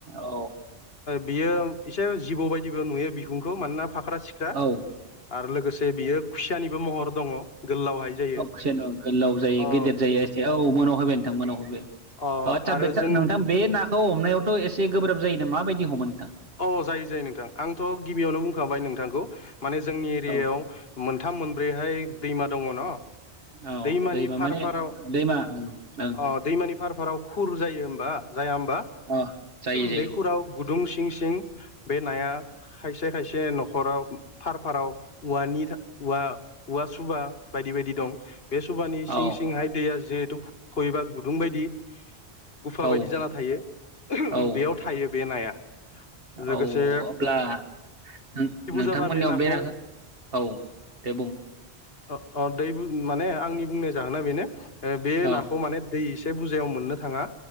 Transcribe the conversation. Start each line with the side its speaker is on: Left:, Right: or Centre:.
Right: औ
Left: बियो एसे जिबौ बायदिबो नुयो बिखुंखौ मानोना फाख्रा सिख्रा
Right: औ
Left: आरो लोगोसे बियो खुसियानिबो महर दङ गोलावहाय जायो
Right: अ जेन गोलाव जायो
Left: अ
Right: गेदेर जायो एसे औ मोनाव हबाय नोंथां मोनाव फैबाय
Left: अ
Right: ओ आथसा
Left: आरो जों
Right: नोंथां बे नाखौ हमनायावथ एसे गोब्राब जायोनो माबायदि हमो नोंथां
Left: अ जायो जायो नोंथां आंथ गिबियावनो बुंखांबाय नोंथांखौ माने जोंनि एरियायाव
Right: औ
Left: मोनथाम मोनब्रैहाय दैमा दङ न
Right: औ
Left: दैमानि
Right: दैमा
Left: फारफाराव
Right: माने दैमा उम ओं
Left: अ दैमानि फारफाराव खुर जायो होमबा जाया होमबा
Right: अ जायो जायो
Left: बे खुराव गुदुं थिं बे नाया खायसे खायसे नखराव फार फाराव औवानि थां औवा सुबा बायदि बायदि दं बे सुबानि
Right: औ
Left: सिं सिंहाय दैया जिहेथु खहबा गुदुं बायदि गुफा
Right: औ
Left: बायदि जाना थायो
Right: औ
Left: बेयाव थायो बे नाया लोगोसे
Right: औ अब्ला नों
Left: बुरजाबा
Right: नोंथांमोननियाव
Left: नाखौ
Right: बे नाखो औ दे बुं
Left: अ अ दै माने आंनि बुंनाय जाहोना बेनो बे
Right: औ
Left: नाखौ माने दै एसे बुरजायाव मोननो थाङा